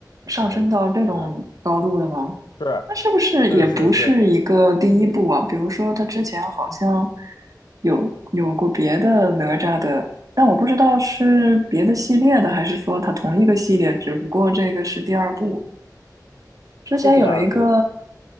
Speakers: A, on the right; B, on the left.
A: 上升到这种高度了吗？
B: 所以他就看，嗯，是
A: 那是不是也不是一个第一部啊？
B: 是是是
A: 比如说，他之前好像有有过别的哪吒的，但我不知道是别的系列的，还是说它同一个系列，只不过这个是第二部。之前有一个
B: 是第二部，